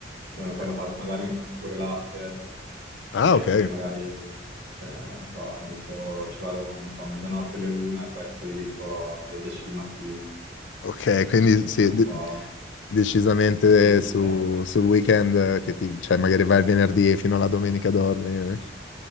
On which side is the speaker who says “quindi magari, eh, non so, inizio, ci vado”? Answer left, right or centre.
Right